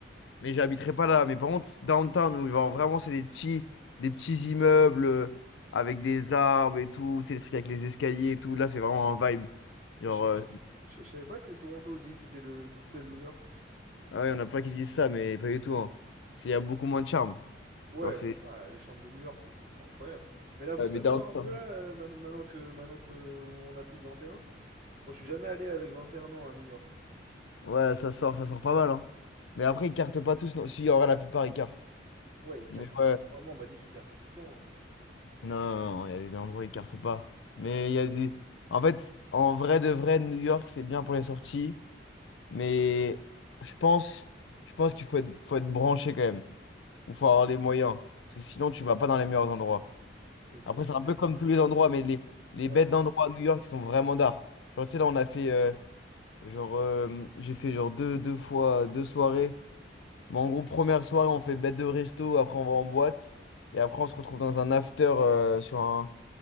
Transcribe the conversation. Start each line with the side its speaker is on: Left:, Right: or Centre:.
Left: Mais j'habiterai pas là. Mais par contre, downtown, où genre, vraiment, c'est des petits... des petits immeubles euh, avec des arbres et tout. Tu sais, les trucs avec les escaliers et tout. Là, c'est vraiment un vibe. Genre,
Right: Je, je, je-
Left: euh,
Right: je savais pas que Toronto disait que c'était le Little New York.
Left: ah ouais, on a plein qui disent ça, mais pas du tout. hein. C'est... Il y a beaucoup moins de charme.
Right: Ouais,
Left: Genre, c'est.
Right: c'est ça, le charme de New York, c'est c'est trop incroyable. Mais là, vous,
Left: Ouais,
Right: ça
Left: mais downtown.
Right: sort un peu là, euh, man- maintenant que maintenant que on a tous vingt et un Moi, je suis jamais allé avec 21 ans à New York.
Left: Ouais, ça sort, ça sort pas mal, hein. Mais après, ils cartent pas tous. non. Si, en vrai, la plupart, ils cartent.
Right: Ouais, il carte
Left: Mais ouais.
Right: Vraiment, on m'a dit qu'il cartait tout le temps. hein.
Left: Non, non, non, il y a des endroits où ils cartent pas. Mais il y a des... En fait, en vrai de vrai, New York, c'est bien pour les sorties. Mais je pense, je pense qu'il faut être, faut être branché quand même. Ou faut avoir les moyens. Parce que sinon, tu vas pas dans les meilleurs endroits.
Right: Et vous,
Left: Après,
Right: et-
Left: c'est un peu
Right: et-
Left: comme tous les endroits, mais les, les
Right: ouais,
Left: bêtes d'endroits à New York, ils sont vraiment d'art. Genre, tu sais, là, on a fait... euh, genre, euh, j'ai fait genre deux, deux fois, deux soirées. Mais en gros, première soirée, on fait bête de resto, après on va en boîte. Et après, on se retrouve dans un after euh, sur un...